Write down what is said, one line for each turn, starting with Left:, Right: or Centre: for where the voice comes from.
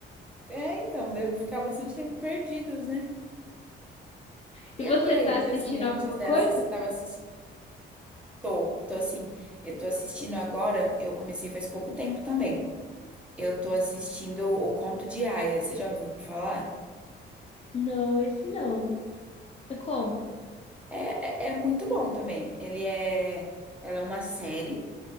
Centre: É, então, deve ficar bastante tempo perdidos, né?
Left: E
Centre: E,
Left: você
Centre: a- e aí,
Left: tá assistindo
Centre: se assim, antes
Left: alguma
Centre: dessa,
Left: coisa?
Centre: você tava assistindo. Tô, tô assim, eu tô assistindo agora, eu comecei faz pouco tempo também. Eu tô assistindo O Conto de Aia, você já ouviu falar?
Left: Não, esse não. É como?
Centre: É, é, é muito bom também. Ele é. Ela é uma série